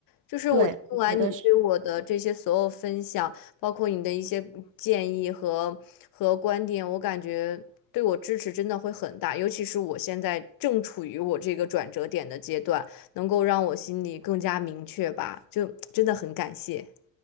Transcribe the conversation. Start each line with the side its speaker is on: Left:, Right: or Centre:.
Left: 就是我听完你对我的这些所有分享，
Right: 对，我觉得是
Left: 包括你的一些建议和和观点，我感觉对我支持真的会很大，尤其是我现在正处于我这个转折点的阶段，能够让我心里更加明确吧，就真的很感谢。